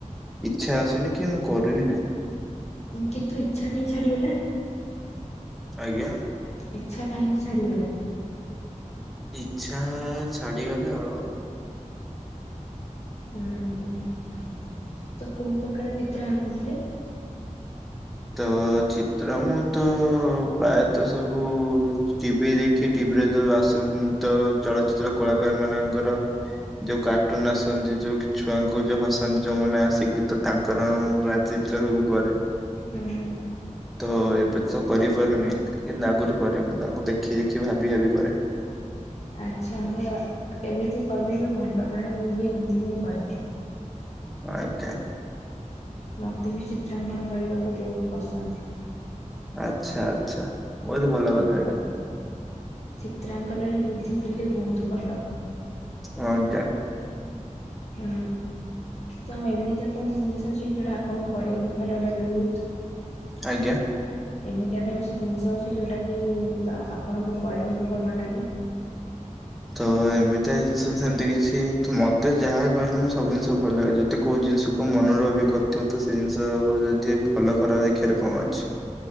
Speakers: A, in the centre; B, on the left.
A: ଇଚ୍ଛା ଆସୁନି କି ମୁଁ କରିବି ନାହିଁ।
B: କିନ୍ତୁ ଇଛା କାଇଁ ଛାଡିଗଲା।
A: ଆଜ୍ଞା।
B: ଇଛା କାହିଁକି ଛାଡ଼ିଗଲା।
A: ଇଛା ଛାଡିଗଲା ଆଉ।
B: ହୁଁ ତ କୋଉ ପ୍ରକାର ଚିତ୍ର ଆଙ୍କୁୁଥିଲେ?
A: ତ ଚିତ୍ର ମୁଁ ତ ପ୍ରାୟତଃ ସବୁ ଟିଭି ଦେଖି ଟିଭିରେ ଯୋଉ ଆସୁଜ ତ ଚଳଚିତ୍ର କଳାକାର ମାନଙ୍କର। ଯୋଉ କାର୍ଟୁନ ଆସନ୍ତି ଯୋଉ ଛୁଆଙ୍କୁ ଯୋଉ ହସାନ୍ତି ଯୋଉମାନେ ଆସିକି ତ ତାଙ୍କ ର ମୁଁ ପ୍ରାୟ ଚିତ୍ର ସବୁ କରେ।
B: ହୁଁ।
A: ତ ଏବେ ତ କରିପାରୁନି କିନ୍ତୁ ଆଗରୁ କରେ ମୁଁ ତାଙ୍କୁ ଦେଖି ଦେଖି ଭାବି ଭାବି କରେ।
B: ଆଚ୍ଛା ତ ଏମିତି କଲେ ବି ଭଲ କାରଣ ମୁଁ ବି ଏମିତି ହିଁ କରେ।।
A: ଆଜ୍ଞା।
B: ମତେ ବି ଚିତ୍ରାଙ୍କନ କରିବାକୁ ବହୁତ ପସନ୍ଦ।
A: ଆଛା ଆଛା ବହୁତ ଭଲ
B: ଆଉ
A: କଥା ଏଇଟା।
B: ଚିତ୍ରାଙ୍କନରେ ବୁଦ୍ଧି ଥିଲେ ବହୁତ ଭଲ।
A: ହଁ ଆଜ୍ଞା।
B: ହୁଁ। ତ ଏମିତି ଆଉ କଣ ଜିନିଷ ଅଛି ଯୋଉଟା ଆପଣଙ୍କୁ କରିବାକୁ ଭଲ ଲାଗେ ବହୁତ।
A: ଆଜ୍ଞା।
B: ଏମିତିଆ କୌଣସି ଜିନିଷ ଅଛି ଯୋଉଟା କି ଆପଣଙ୍କୁ କରିବାକୁ ଭଲ ଲାଗେ।
A: ତ ଏ ଏମିତିଆ ଜିନିଷ ସେମିତି କିଛି ମତେ ଯାହା କହିଲେ ମୁଁ ସବୁ ଜିନିଷ ଭଲ ଲାଗେ ଯଦି କୋଉ ଜିନିଷକୁ ମନରୁ ଭାବ ଥିବ ତ ସେ ଜିନିଷକୁ ଯଦି ଭଲ ଖରାପ ଦେଖିବାରେ କଣ ଅଛି।